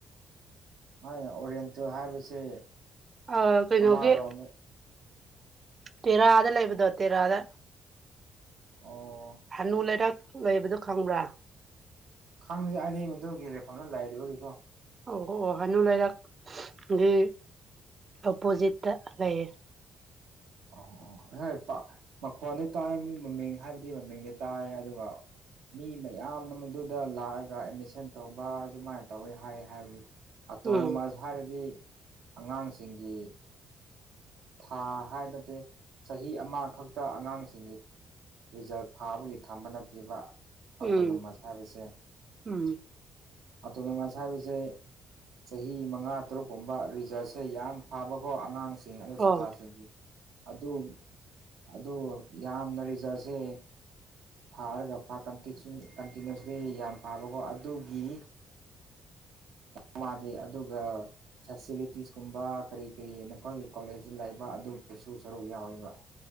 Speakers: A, on the right (about 85°); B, on the right (about 35°).
A: ꯃꯥꯟꯅ ꯑꯣꯔꯦꯟꯇꯨ ꯍꯥꯏꯕꯁꯦ
B: ꯑ ꯀꯩꯅꯣꯒꯤ
A: ꯑꯃꯔꯣꯝ
B: ꯇꯦꯔꯥꯗ ꯂꯩꯕꯗꯣ ꯇꯦꯔꯥꯗ
A: ꯑꯣ
B: ꯍꯅꯨ ꯂꯩꯔꯛ ꯂꯩꯕꯗꯨꯣ ꯈꯪꯕ꯭ꯔꯥ
A: ꯈꯪꯗꯦ ꯑꯔꯤꯕꯗꯨꯒꯤ ꯔꯦꯛꯐꯝꯗ ꯂꯩꯔꯤꯕꯒꯤꯀꯣ
B: ꯑꯣ ꯑꯣ ꯑꯣ ꯍꯥꯏꯅꯨ ꯂꯩꯔꯛ ꯒꯤ ꯑꯣꯄꯣꯖꯤꯠꯇ ꯂꯩꯌꯦ
A: ꯑꯣ ꯍꯦꯞꯄ ꯃꯈꯣꯟꯗꯤ ꯇꯥꯏ ꯃꯃꯤꯡ ꯍꯥꯏꯕꯗꯤ ꯃꯃꯤꯡꯗꯤ ꯇꯥꯏ ꯑꯗꯨꯒ ꯃꯤ ꯃꯌꯥꯝꯅ ꯃꯗꯨꯗ ꯂꯥꯛꯑꯒ ꯑꯦꯗꯃꯤꯁꯟ ꯇꯧꯕ ꯑꯗꯨꯃꯥꯏꯅ ꯇꯧꯋꯤ ꯍꯥꯏ ꯍꯥꯏꯕꯗꯤ ꯑꯇꯣꯅꯣꯃꯁ
B: ꯎꯝ
A: ꯍꯥꯏꯔꯗꯤ ꯑꯉꯥꯡꯁꯤꯡꯒꯤ ꯊꯥ ꯍꯥꯏ ꯅꯠꯇꯦ ꯆꯍꯤ ꯑꯃꯈꯛꯇ ꯑꯉꯥꯡꯁꯤꯡꯒꯤ ꯔꯤꯖꯜ ꯐꯥꯕꯒꯤ ꯊꯝꯕ ꯅꯠꯇꯤꯕ ꯑꯣꯇꯣꯅꯣꯃꯁ
B: ꯎꯝ
A: ꯍꯥꯏꯕꯁꯦ
B: ꯎꯝ
A: ꯑ ꯑꯗꯨꯅ ꯉꯁꯥꯏꯕꯤꯁꯦ ꯆꯍꯤ ꯃꯉꯥ ꯇꯔꯨꯛꯀꯨꯝꯕ ꯔꯤꯖꯜꯁꯦ ꯌꯥꯝ ꯐꯥꯕꯀꯣ ꯑꯉꯥꯡꯁꯤꯡ ꯑꯗꯨ ꯁꯥꯇ꯭ꯔꯁꯤꯡ
B: ꯑꯣ
A: ꯑꯗꯨ ꯑꯗꯨ ꯌꯥꯝꯅ ꯔꯤꯖꯜꯁꯦ ꯐꯥꯔꯒ ꯄꯥꯀꯟꯇꯤꯆꯨꯠ ꯀꯟꯇꯤꯅꯨꯁꯂꯤ ꯌꯥꯝ ꯐꯥꯕꯀꯣ ꯑꯗꯨꯒꯤ ꯃꯥꯗꯤ ꯑꯗꯨꯒ ꯐꯦꯁꯤꯂꯤꯇꯤꯁ ꯀꯨꯝꯕ ꯀꯔꯤ-ꯀꯔꯤ ꯅꯈꯣꯏꯒꯤ ꯀꯣꯂꯦꯖ ꯂꯩꯕ ꯑꯗꯨꯒꯤꯁꯨ ꯁꯔꯨꯛ ꯌꯥꯎꯋꯦꯕ